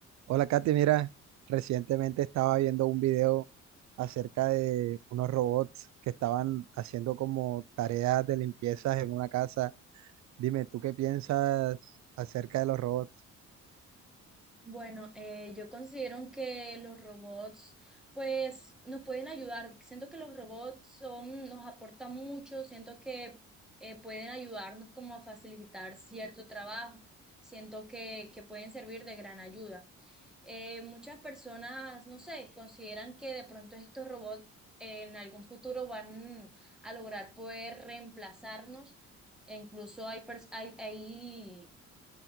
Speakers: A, on the right (about 65°); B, in the centre.
A: Hola, Katy. Mira, recientemente estaba viendo un video acerca de unos robots que estaban haciendo como tareas de limpiezas en una casa. Dime, ¿tú qué piensas acerca de los robots?
B: Bueno, eh, yo considero que los robots, pues, nos pueden ayudar. Siento que los robots son, nos aportan mucho, siento que eh, pueden ayudarnos como a facilitar cierto trabajo, siento que, que pueden servir de gran ayuda. Eh, muchas personas, no sé, consideran que de pronto estos robots eh, en algún futuro van a lograr poder reemplazarnos. E incluso hay, pers- hay, hay